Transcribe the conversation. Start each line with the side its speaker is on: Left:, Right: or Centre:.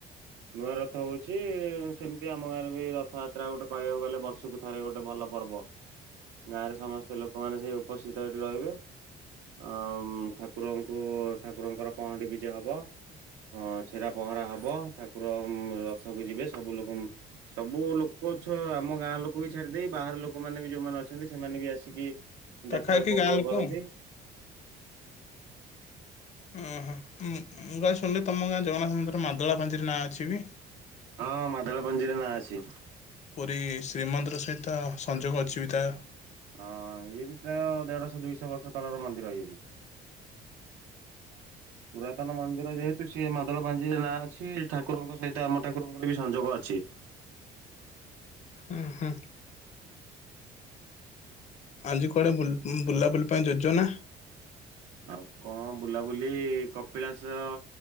Right: ନୂଆ ରଥ ହଉଛି ସେମିତି ଆମ ଗାଁରେ ବି ରଥଯାତ୍ରା ଗୋଟେ କହିବାକୁ ଗଲେ ବର୍ଷକୁ ଥରେ ଗୋଟେ ଭଲ ପର୍ବ। ଗାଁରେ ସମସ୍ତେ ଲୋକମାନେ ସେଇ ଉପସ୍ଥିତ ସେଇଠି ରହିବେ। ଆ ମ୍ ଠାକୁରଙ୍କୁ ଠାକୁରଙ୍କର ପହଣ୍ଡି ବିଜେ ହବ। ଆ ଛେରା ପହଁରା ହବ ଠାକୁର ଉମ୍ ରଥକୁ ଯିବେ ସବୁ ଲୋକ ସବୁ ଲୋକ ଛ ଆମ ଗାଁ ଲୋକ ବି ଛାଡ଼ିଦେଇ ବାହାର ଲୋକମାନେ ବି ଯୋଉମାନେ ଅଛନ୍ତି ସେମାନେ ବି ଆସିକି
Left: ପାଖାପାଖି
Right: ଯାତ୍ରା ଉପଭୋଗ
Left: ଗାଁ ଲୋକ
Right: କରନ୍ତି।
Left: ଆଉ। ଓହୋ ମୁଁ ମୁଁ କାଳେ ଶୁଣିଲି ତମ ଗାଁ ଜଗନ୍ନାଥ ମନ୍ଦିର ମାଦଳା ପାଞ୍ଜିରେ ନାଁ ଅଛି ବି?
Right: ହଁଁ ମାଦଳାପାଞ୍ଜି ରେ ନାଁ ଅଛି।
Left: ପୁରୀ ଶ୍ରୀମନ୍ଦିର ସହିତ ସଂଯୋଗ ଅଛି ବି ତା
Right: ହଁ ଇଏ ବି ପ୍ରାୟ ଦେଢଶହ ଦୁଇଶହ ବର୍ଷ ତଳର ମନ୍ଦିର ଇଏ ବି! ହଁ। <unintelligible> <inaudible> ପୁରାତନ ମନ୍ଦିର ଯେହେତୁ ସିଏ ମାଦଳ ପାଞ୍ଜିରେ ନାଁ ଅଛି। ଠାକୁରଙ୍କ ସହିତ ଆମ ଠାକୁରଙ୍କର ବି ସଂଯୋଗ ଅଛି।
Left: ଉମ୍ ହୁଁ। ଆଜି କୁଆଡ଼େ ବୁଲ୍ ବୁଲାବୁଲି ପାଇଁ ଯୋଜନା?
Right: ଆଉ କଣ ବୁଲାବୁଲି କପିଳାସ